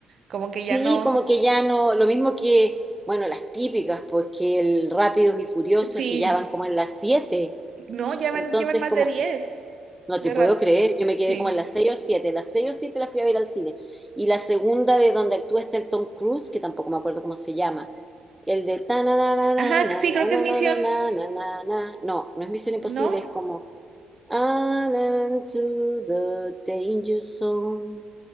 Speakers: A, on the right (about 50°); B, in the centre.
A: como que ya
B: Sí,
A: no,
B: como que ya no, lo mismo que, bueno, las típicas, pues que el Rápidos y Furiosos
A: sí,
B: que ya van como en las siete
A: no, llevan,
B: Entonces,
A: llevan más
B: como,
A: de 10
B: No
A: de
B: te
A: ra-
B: puedo creer, yo me quedé
A: sí,
B: como en las 6 o 7. las 6 o 7 la fui a ver al cine. Y la segunda de donde actúa está el Tom Cruise, que tampoco me acuerdo cómo se llama. El de ta na na na na
A: ajá,
B: na
A: sí,
B: na
A: creo que es Misión,
B: na na na na na na na. No, no es Misión Imposible,
A: ¿no?
B: es como "And into the danger zone.